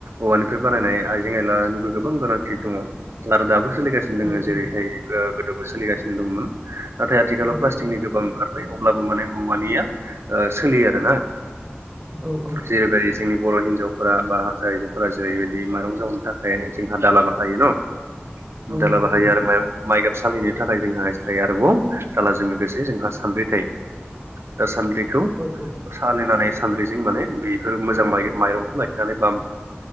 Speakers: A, on the right; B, on the right.
A: औवानिफ्राय बानायनाय आइजें आयलानिबो गोबां गोनांथि दङ। आरो दाबो सोलिगासिनो दङ
B: औ
A: जेरैहाय
B: औ
A: गोदोबो सोलिगासिनो दङमोन नाथाय आथिखालाव
B: औ नंगौ
A: प्लास्टिकनि
B: नों
A: गोबां ओंखार बाय अब्लाबो माने औवानिया सोलियो आरो ना।
B: औ औ
A: जेरै बायदि जोंनि बर' हिनजाव फ्रा हारसा आइजोफ्रा जेरैबायदि माइरं जावनो थाखाय जोंहा दाला बाहायो न'
B: औ
A: दाला
B: नंगौ
A: बाहायो
B: नोंथां
A: आरो माइ गाब सालिनो थाखाय जोंहा एस्रायै आरोबाव दालाजों लोगोसे जोंहा सानद्रि थायो दा सान्द्रिखौ
B: औ औ
A: सालिनानै सानद्रिजों माने बेफोर मोजां माइरंखौ लाखिनानै बा